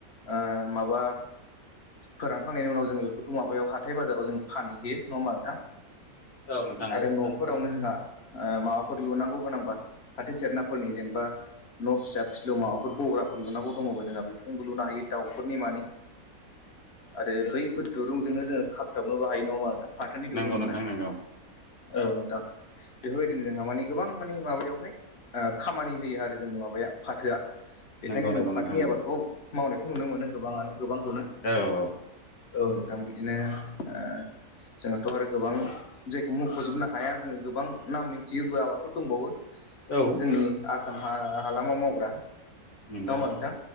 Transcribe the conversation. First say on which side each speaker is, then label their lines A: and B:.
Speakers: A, on the left; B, on the left.
A: ओ माबा फोरानखांनायनि उनाव जोङो बेफोरखौ माबायाव हाथाय-बाजाराव जों फानहैयो। नङा होमबा नोंथां?
B: औ नोंथां
A: आरो न'फोरावनो जोंहा माबाफोर लुनांगौ गोनांबा फाथो सेरनाफोरनि जेनेबा न' फिसा फिलौ माबाफोर गग्राफोर लुनांगौ दङोबा जोंहा बेफोरजोंबो लुनो हायो दाउफोरनि मानि।
B: <inaudible>
A: आरो बैफोर दुरुंजोंनो जोङो खाबथाबनोबो हायो। नङा होमबा नोंथां? फाथोनि दुरुंजों
B: नंगौ नोंथां
A: ना?
B: नंगौ
A: औ नोंथां। बेफोरबायदिनो जोंहा माने गोबां माने माबायावहाय खामानि होयो आरो जोंनि माबाया फाथोआ। बेखायनो
B: नंगौ
A: जोङो
B: नंगौ नोंथां
A: फाथोनि
B: नंगौ
A: आबादखौ मावनायखौ नुनो मोनो गोबाङानो गोबांखौनो।
B: औ औ
A: औ नोंथां बिदिनो ओ जोंहथ' आरो गोबां जायखौ मुंख'जोबनो हाया जोङो गोबां नाम मिन्थियोबो आबादफोर दंबावो।
B: औ
A: ओ आसाम हा हालामाव मावग्रा।
B: नंगौ
A: नंङा होमबा नोंथां?